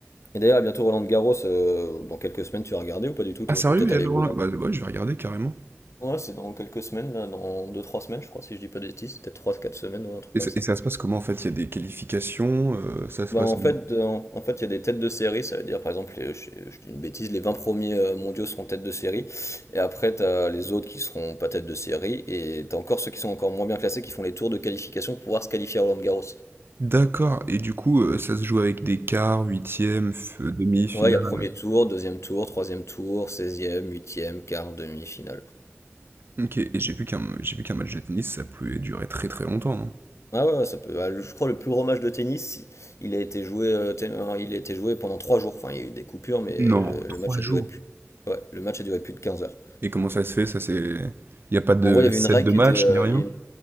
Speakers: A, on the left; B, on the right.
A: Et d'ailleurs, à bientôt Roland Garros, euh, dans quelques semaines, tu vas regarder ou pas du tout, toi?
B: Ah sérieux,
A: Peut-être
B: il
A: aller
B: y a le Roland?
A: voir.
B: Bah ouais, je vais regarder carrément.
A: Ouais, c'est dans quelques semaines, là, dans deux-trois semaines, je crois, si je dis pas de bêtises, peut-être trois-quatre semaines, ouais, un truc
B: Et
A: comme
B: ça,
A: ça.
B: et ça se passe comment en fait? Il y a des qualifications, euh, ça se
A: Ben,
B: passe...
A: en fait, de- en, fait, il y a des têtes de série, ça veut dire, par exemple, les- je, je dis une bêtise, les 20 premiers euh, mondiaux seront têtes de série, et après, t'as les autres qui seront pas têtes de série, et t'as encore ceux qui sont encore moins bien classés qui font les tours de qualification pour pouvoir se qualifier à Roland Garros.
B: D'accord, et du coup, euh, ça se joue avec des quarts, huitièmes, f- demi-finale.
A: Ouais, il y a premier tour, deuxième tour, troisième tour, seizième, huitième, quart, demi-finale.
B: Ok, et j'ai vu qu'un j'ai vu qu'un match de tennis, ça pouvait durer très très longtemps, non?
A: Ah ouais, ouais, ça peut. ah, le- Je crois le plus gros match de tennis, il il a été joué, euh, ten- euh, il a été joué pendant trois jours. Enfin, il y a eu des coupures, mais
B: Non,
A: le, le
B: trois
A: match
B: jours.
A: a duré plus. Ouais, le match a duré plus de 15 heures.
B: Et comment ça se fait? Ça c'est... Il n'y a pas de
A: Bon, En gros, il y avait
B: set
A: une règle
B: de
A: qui
B: match,
A: était. euh,
B: ni rien?
A: il y a une-